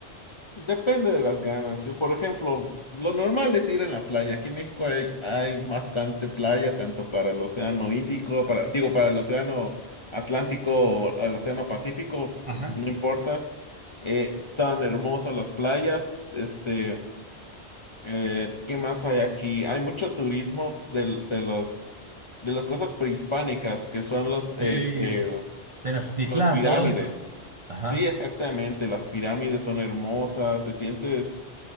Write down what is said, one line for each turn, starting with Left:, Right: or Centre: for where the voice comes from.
Left: Depende de las ganas. Yo, por ejemplo, lo normal es ir en la playa. Aquí en México hay, hay bastante playa, tanto para el Océano Índico, para, digo, para el Océano Atlántico o el Océano Pacífico,
Right: Ajá.
Left: no importa. Eh, están hermosas las playas. Este, eh, ¿qué más hay aquí? Hay mucho turismo del- de los de las cosas prehispánicas, que son los, este,
Right: Sí. Tenochtitlán,
Left: los pirámides.
Right: todo eso. ajá
Left: Sí, exactamente, las pirámides son hermosas, te sientes